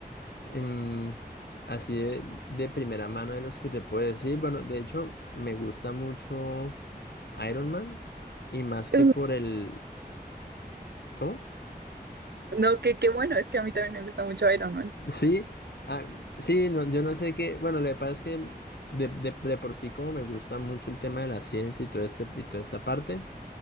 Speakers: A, on the left; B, on the right.
A: Em, así de, de primera mano de los que te puedo decir. Bueno, de hecho, me gusta mucho Iron Man y más que
B: Uh,
A: por el... ¿Cómo?
B: No, que qué bueno, es que a mí también me gusta mucho Iron Man.
A: Sí, ah, sí, no, yo no sé qué... Bueno, lo que pasa es que de, de- de por sí como me gusta mucho el tema de la ciencia y, todo este, y toda esta parte.